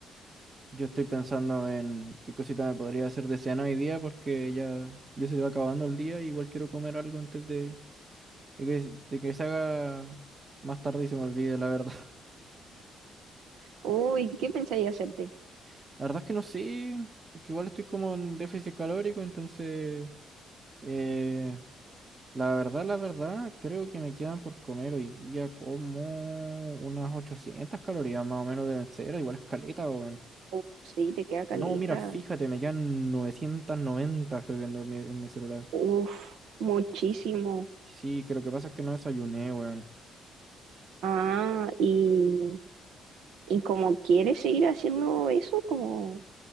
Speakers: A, on the right; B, on the right.
A: Yo estoy pensando en qué cosita me podría hacer de cena hoy día porque ya, ya se va acabando el día. Igual quiero comer algo antes de, de que, de que se haga más tarde y se me olvide, la verdad.
B: Uy, ¿qué pensáis hacerte?
A: <laughs> La verdad es que no sé, es que igual estoy como en déficit calórico, entonces eh, la verdad, la verdad, creo que me quedan por comer hoy día como unas 800 calorías más o menos deben ser. Igual es caleta, weón.
B: Uf, sí, te queda caleta.
A: No, mira, fíjate, me quedan 990, estoy viendo en mi, en mi celular.
B: Uf, muchísimo.
A: Sí, que lo que pasa es que no desayuné, weón.
B: Ah, y, y como quieres seguir haciendo eso, como